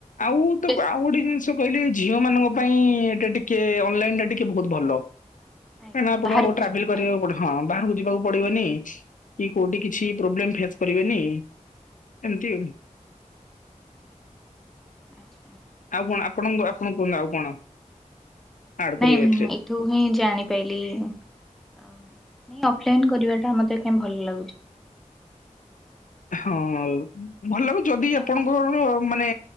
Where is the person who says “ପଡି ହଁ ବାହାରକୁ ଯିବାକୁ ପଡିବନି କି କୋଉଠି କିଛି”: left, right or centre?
Left